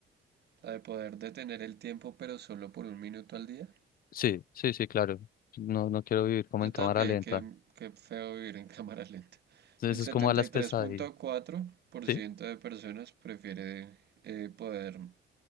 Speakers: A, on the right (about 55°); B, on the left (about 50°).
A: La de poder detener el tiempo pero solo por un minuto al día.
B: Sí, sí, sí, claro. No, no quiero vivir como
A: Yo
B: en cámara
A: también,
B: lenta.
A: qué, qué feo vivir en <laughs> cámara lenta.
B: Entonces
A: El setenta
B: es como a las
A: y
B: pesadillas,
A: tres punto cuatro por
B: ¿sí?
A: ciento de personas prefiere eh, poder